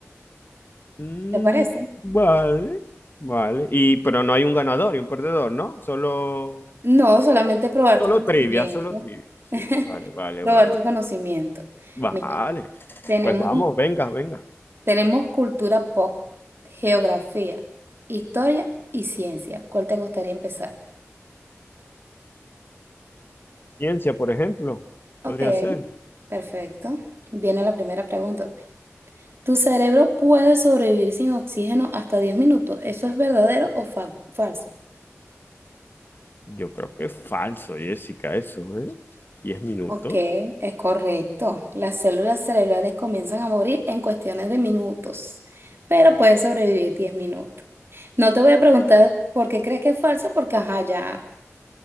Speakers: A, on the left; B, on the right.
A: Mm,
B: ¿Te parece?
A: vale, vale. Y pero no hay un ganador y un perdedor, ¿no? Solo,
B: No, solamente probar
A: solo
B: tu conocimiento.
A: trivias, solo trivias. Sí,
B: <laughs>
A: vale, vale,
B: Probar
A: vale.
B: tu conocimiento.
A: Vale.
B: Mira, tenemos
A: Pues vamos, venga, venga.
B: Tenemos cultura pop, geografía, historia y ciencia. ¿Cuál te gustaría empezar?
A: Ciencia, por ejemplo, podría
B: Ok,
A: ser.
B: perfecto. Viene la primera pregunta. pues. ¿Tu cerebro puede sobrevivir sin oxígeno hasta 10 minutos? ¿Eso es verdadero o fa- falso?
A: Yo creo que es falso, Jessica, eso, ¿eh? Diez minutos.
B: Ok, es correcto. Las células cerebrales comienzan a morir en cuestiones de minutos, pero puedes sobrevivir 10 minutos. No te voy a preguntar por qué crees que es falso, porque ajá, ya